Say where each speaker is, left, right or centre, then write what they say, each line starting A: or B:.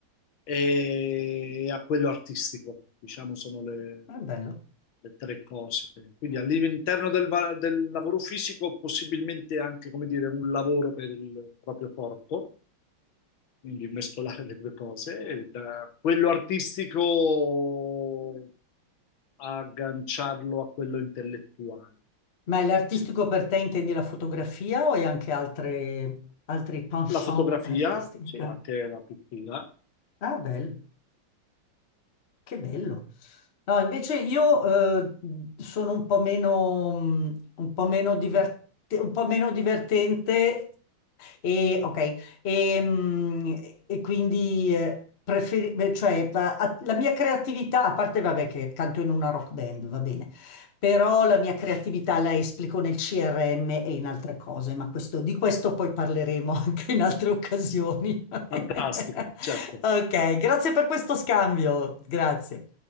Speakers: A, on the left; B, on the left.
A: e a quello artistico, diciamo, sono le,
B: È bello.
A: le tre cose. Quindi all'interno del, va- del lavoro fisico, possibilmente anche, come dire, un lavoro per il proprio corpo, quindi mescolare le due cose. E Da quello artistico agganciarlo a quello intellettuale.
B: Ma l'artistico
A: Sì.
B: per te intendi la fotografia o hai anche altre, altri penchant
A: La fotografia,
B: artistici?
A: sì,
B: Ah,
A: anche la pittura.
B: ah, bello, che bello. No, invece io eh, sono un po' meno, mh, un po' meno diverte- un po' meno divertente E, ok, e, mm, e quindi eh, preferi- beh, cioè, va- a- la mia creatività, a parte vabbè che canto in una rock band, va bene, però la mia creatività la esplico nel CRM e in altre cose, ma questo- di questo poi parleremo <laughs> anche in altre occasioni. <laughs>
A: Fantastico, certo.
B: Ok, grazie per questo scambio, grazie.